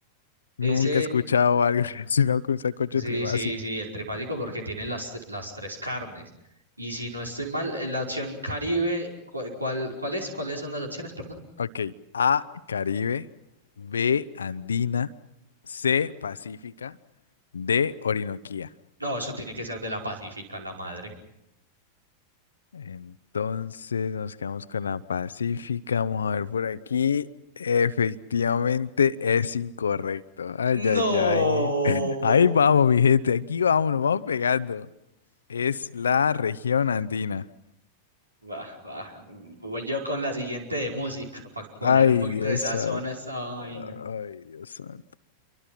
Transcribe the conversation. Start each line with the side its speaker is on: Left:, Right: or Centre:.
Right: Ese,
Left: Nunca he escuchado algo <laughs> relacionado con sacocho
Right: sí,
Left: tribásico.
Right: sí, sí, el trifásico porque tiene las, tre- las tres carnes. Y si no estoy mal, eh, la opción Caribe, cu- ¿cuál, cuál es? ¿Cuáles son las opciones, perdón?
Left: Ok. A. Caribe. B. Andina. C. Pacífica. D. Orinoquía.
Right: No, eso tiene que ser de la Pacífica, la madre.
Left: Entonces nos quedamos con la Pacífica. Vamos a ver por aquí. Efectivamente es incorrecto. Ay, ay,
Right: No.
Left: ay. <laughs> Ahí vamos, mi gente. Aquí vamos, nos vamos pegando. Es la región andina.
Right: Va, va. Voy yo con la siguiente de música, para poner
Left: Ay,
Right: un poquito
Left: Dios
Right: de sazón
Left: santo.
Right: a esta vaina.
Left: Ay, Dios santo.